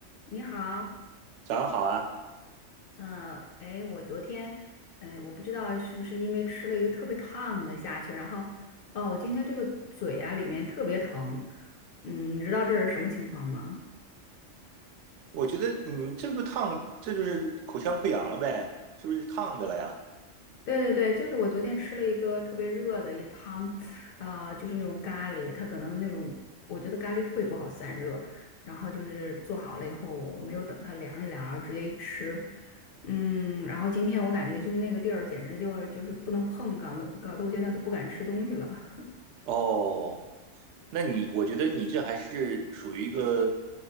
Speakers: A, on the left; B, on the right.
A: 你好，
B: 早上好啊！
A: 嗯，哎，我昨天，哎，我不知道是不是因为吃了一个特别烫的下去，然后，哦，我今天这个嘴啊里面特别疼，嗯，你知道这是什么情况吗？
B: 我觉得你这不烫，这就是口腔溃疡了呗？是不是烫的了呀？
A: 对对对，就是我昨天吃了一个特别热的一汤，啊、就是那种咖喱，它可能那种我觉得咖喱特别不好散热，然后就是做好了以后，我没有等它凉一凉，然后直接一吃，嗯，然后今天我感觉就是那个地儿简直就就是不能碰，搞得搞得我现在都不敢吃东西了。
B: 哦，那你我觉得你这还是属于一个